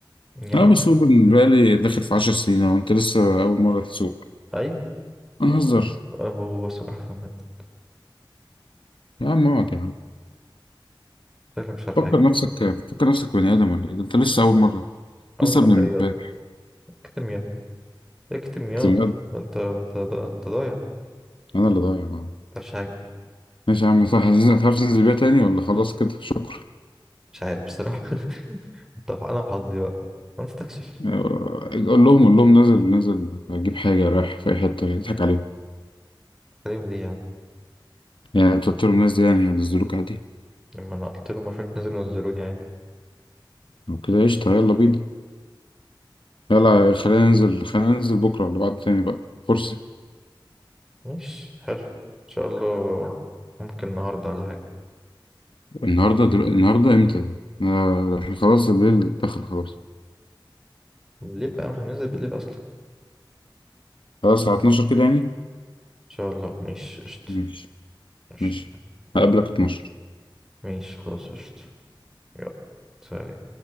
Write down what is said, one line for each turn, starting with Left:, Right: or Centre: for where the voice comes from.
Centre: يا
Left: لا
Centre: عم
Left: بس هو بالنسبة لي داخل في عشر سنين وانت لسه أول مرة تسوق
Centre: اي
Left: أنا
Centre: هو
Left: هزر
Centre: هو بسوق احسن منك
Left: يا عم اقعد يا عم
Centre: شكلك مش عارف
Left: فكر
Centre: حاجه
Left: نفسك فكر نفسك بني آدم ولا إيه ده أنت لسه أول مرة
Centre: اول
Left: لسه
Centre: مره
Left: ابن امبارح
Centre: يا اكتم يا اكتم يا
Left: أنت بني آدم
Centre: ده انت ده انت ده انت ضايع ما
Left: أنا اللي ضايع آه.
Centre: تعرفش حاجه
Left: ماشي يا عم صح هتعرف تنزل بيها تاني ولا خلاص كده شكرا
Centre: مش عارف بصراحه <laughs> انت انا وحظي بقى انا مستكشف
Left: آه، قول لهم قول لهم نازل نازل أجيب حاجة رايح في أي حتة يضحك عليهم
Centre: عليهم ليه يا عم
Left: يعني أنت قلت لهم الناس دي يعني هينزلوك عادي
Centre: لما انا قلت له مرة نزلوا نزلوني عادي
Left: لو كده قشطة يلا بينا يلا خلينا ننزل خلينا ننزل بكرة ولا بعد تاني بقى فرصة
Centre: مش حلو ان شاء الله ممكن النهارده ولا حاجه
Left: النهاردة دل... النهاردة إمتى؟ آه، إحنا خلاص الليل دخل خلاص
Centre: بالليل بقى ما احنا بننزل بالليل اصلا
Left: خلاص على 12 كده يعني
Centre: شاء الله مش قشطة
Left: ماشي
Centre: قشطة
Left: ماشي هقابلك
Centre: يلا
Left: 12
Centre: ماشي خلاص قشطة يلا سلام